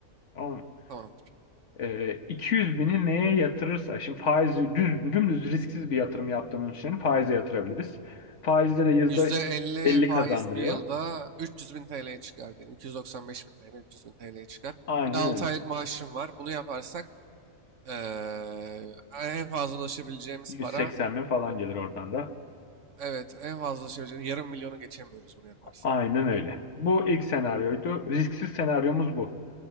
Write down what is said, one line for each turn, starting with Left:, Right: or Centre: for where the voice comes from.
Left: Tamam mı?
Right: Tamamdır.
Left: Ee, 200 bini neye yatırırsa, şimdi faizi düz, dümdüz risksiz bir yatırım yaptığımız için faize yatırabiliriz. Faizde de yüzde
Right: %50
Left: 50
Right: faiz
Left: kazandırıyor.
Right: bir yılda 300 bin TL'ye çıkar diyelim. 295 bin TL, 300 bin TL'ye çıkar.
Left: Aynen
Right: Bir de 6
Left: öyle.
Right: aylık maaşım var. Bunu yaparsak ee, en fazla ulaşabileceğimiz
Left: 180
Right: para
Left: bin falan gelir oradan da.
Right: Evet, en fazla ulaşabileceğimiz yarım milyonu geçemiyoruz bunu yaparsak.
Left: Aynen öyle. Bu ilk senaryoydu. Risksiz senaryomuz bu.